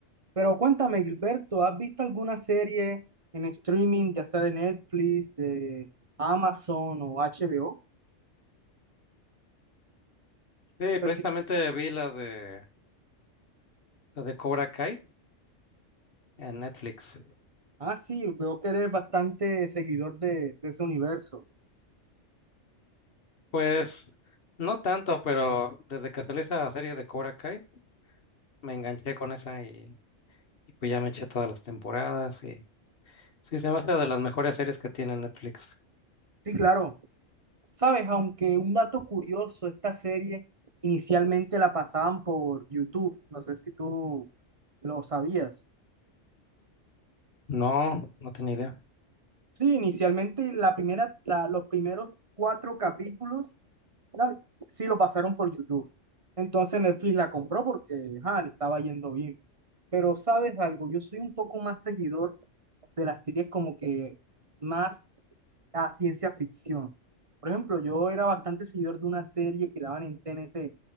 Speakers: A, on the right; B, on the left.
A: Pero cuéntame, Gilberto, ¿has visto alguna serie en streaming, ya sea de Netflix, de Amazon o HBO?
B: Sí,
A: Pues
B: precisamente
A: sí.
B: vi la de, la de Cobra Kai en Netflix.
A: Ah, sí, veo que eres bastante seguidor de, de ese universo.
B: Pues no tanto, pero desde que salió esa serie de Cobra Kai, me enganché con esa y, y pues ya me eché todas las temporadas y sí, se me hace de las mejores series que tiene Netflix.
A: Sí, claro. Sabes, aunque un dato curioso, esta serie inicialmente la pasaban por YouTube. No sé si tú lo sabías.
B: No, no tenía idea.
A: Sí, inicialmente la primera, la- los primeros cuatro capítulos Una- sí lo pasaron por YouTube. Entonces Netflix la compró porque ajá, le estaba yendo bien. Pero sabes algo, yo soy un poco más seguidor de las series como que más a ciencia ficción. Por ejemplo, yo era bastante seguidor de una serie que daban en TNT,